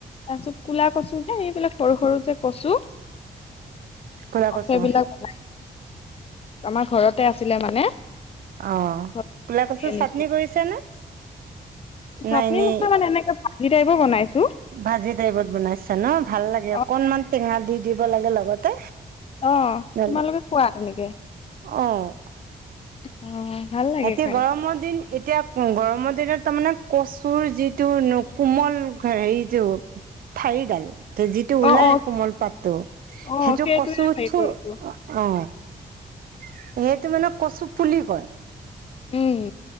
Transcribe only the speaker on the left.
তাৰপিছত ক'লা কচু যে এইবিলাক সৰু-সৰু যে কচু। অ',
সেইবিলাক বনাই, আমাৰ ঘৰতে আছিলে মানে।
ঘৰতে
আনিছো
চাটনি
নহয় মানে, এনেকে ভাজি টাইপৰ বনাইছোঁ।
অ
অ',
তোমালোকে খোৱা তেনেকে?
অ', ভাল লাগে
খাই
অ
অ
অ
সেইটোয়ে
হেৰি
কৰিছো
উম।